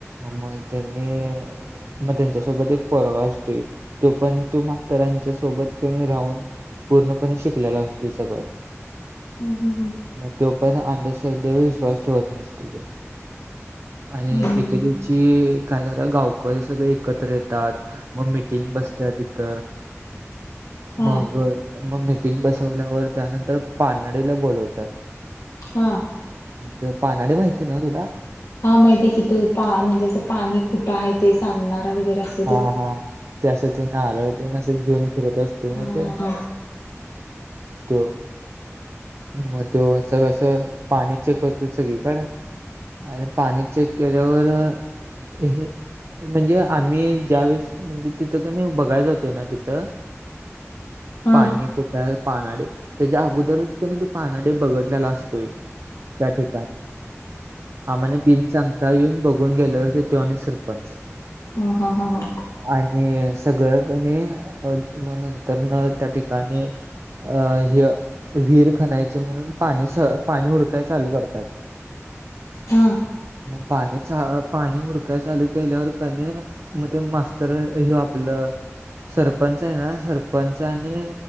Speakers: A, on the right; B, on the left.
A: आम त्यांनी मग त्यांच्यासोबत एक पोरगा असतोय तो पण तो मास्तरांच्या सोबत राहून पूर्णपणे शिकलेला असतोय सगळं.
B: हम हं हं.
A: मग तो पण अंधश्रद्धेवर विश्वास ठेवत नसतो ते आणि
B: हम्म
A: एके दिवशी काय झालं गावकरी हे सगळे एकत्र येतात मग मिटिंग बसत्या तिथ
B: हा
A: मग मग मिटिंग बसवल्यावर त्यानंतर पानडीला बोलवत्यात.
B: हां.
A: ते पानाडी माहिती आहे ना तुला?
B: हा माहिती आहे की त पा म्हणजे असं पाणी कुठं आहे ते सांगणारा वगैरे अस
A: हा हा त्या अस ते नारळ घेऊन फिरत असते माहिते?
B: हा हा
A: त्यो. मग तो असं पाणी चेक करतो सगळीकड. आणि पाणी चेक केल्यावर हे म्हणजे आम्ही मी आणि ज्यावेळी की नाही बघायला जातो ना तिथं
B: हा
A: पाणी कुठ पानाडे त्याच्या अगोदरच त्याने ते पानाडि बघीतलेला असतोय. त्या ठिकाणी. हा मने बिन सांगता येऊन बघून गेलोयसे त्यो आणि सरपंच.
B: हा हा हा हा.
A: आणि सगळं कणी अ मग नंतर न त्या ठिकाणी अ ह्य विहीर खनायचे म्हणून पाणी स पाणी हुडकाय चालू करत्यात.
B: हा
A: म पाणीचा पाणी हुडकाय चालू केल्यावर कने म ते मास्टर हे आपलं सरपंच आहे ना सरपंच आणि